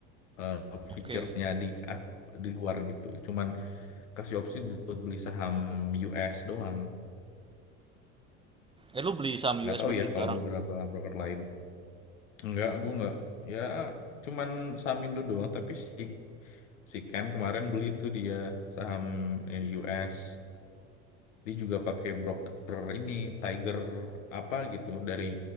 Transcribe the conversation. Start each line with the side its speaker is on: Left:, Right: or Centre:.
Left: eh,
Right: oke.
Left: featuresnya di di luar gitu, cuman kasih opsi buat beli saham US doang.
Right: Eh lu beli saham
Left: nggak
Right: US
Left: tahu
Right: berarti
Left: ya
Right: sekarang?
Left: kalau beberapa broker lain nggak gue nggak ya cuman saham Indo doang tapi si si Ken kemarin beli tuh dia saham eh, US dia juga pakai broker ini Tiger apa gitu dari